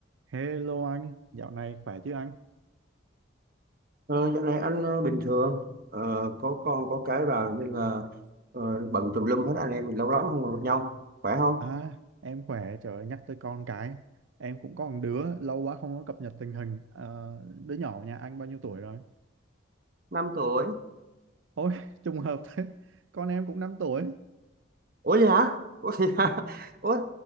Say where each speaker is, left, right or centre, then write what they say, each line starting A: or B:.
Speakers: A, on the right; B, on the right.
A: Hello anh, dạo này khỏe chứ anh?
B: Ờ, dạo này anh ờ, bình thường Ờ, có con có cái vào nên là ờ, bận tùm lum hết anh em mình lâu lắm không gặp nhau khỏe không
A: À, em khỏe, trời ơi, nhắc tới con cái. Em cũng có một đứa, lâu quá không có cập nhật tình hình. Ờ, đứa nhỏ nhà anh bao nhiêu tuổi rồi?
B: năm tuổi
A: Ôi, <laughs> trùng hợp thế, con em cũng năm tuổi.
B: ủa vậy hả ủa, vậy hả? <laughs> ủa